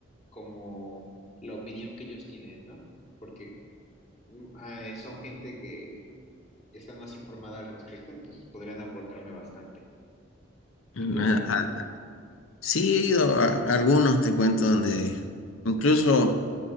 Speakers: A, on the left; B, on the left.
A: como la opinión que ellos tienen, ¿no? Porque mm, ah, son gente que están más informada al respecto, entonces podrían aportarme bastante.
B: Mm,
A: ¿Y tú,
B: a-
A: has
B: a-
A: ido?
B: sí, he ido a, a algunos, te cuento, donde incluso